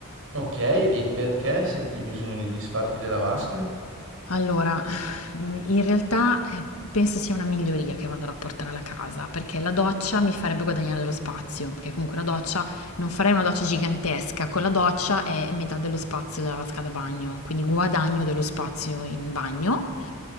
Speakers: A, on the right; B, on the left.
A: Ok, e perché senti bisogno di disfarti della vasca?
B: Allora, mhmm, in realtà, ehm, penso sia una miglioria che vado a rapportare alla casa, perché la doccia mi farebbe guadagnare dello spazio, perché comunque la doccia non farei una doccia gigantesca, con la doccia è metà dello spazio della vasca da bagno, quindi guadagno dello spazio in bagno.